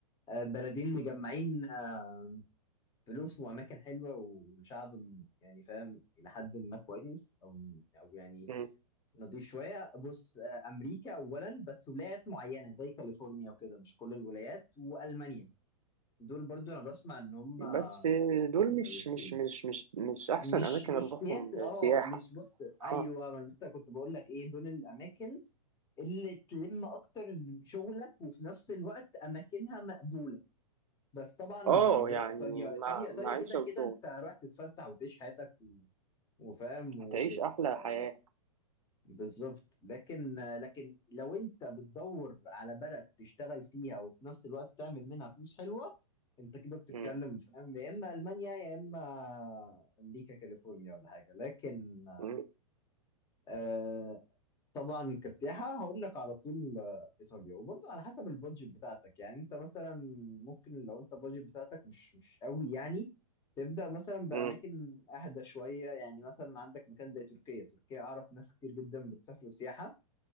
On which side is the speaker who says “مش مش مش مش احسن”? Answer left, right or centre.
Right